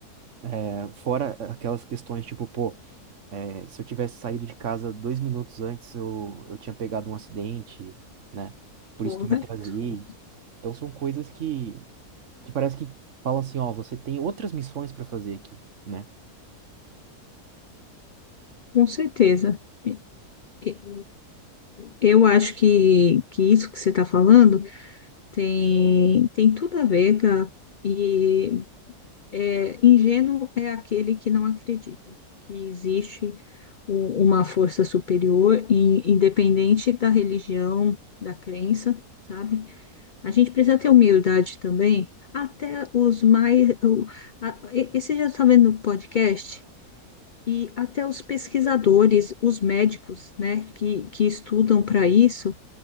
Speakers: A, on the right; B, on the left.
A: É, Fora aquelas questões, tipo, pô, é, se eu tivesse saído de casa dois minutos antes, eu, eu tinha pegado um acidente, né? Por
B: Correto.
A: isso que eu me atrasei. Então são coisas que, que parece que falam assim, ó, você tem outras missões para fazer aqui, né?
B: Com certeza. E- e- Eu acho que, que isso que você está falando tem, tem tudo a ver, tá? E é, ingênuo é aquele que não acredita que existe u- uma força superior, in- independente da religião, da crença, sabe? A gente precisa ter humildade também, até os mais. o- a- e- Esse já está vendo no podcast, e até os pesquisadores, os médicos, né, que, que estudam para isso,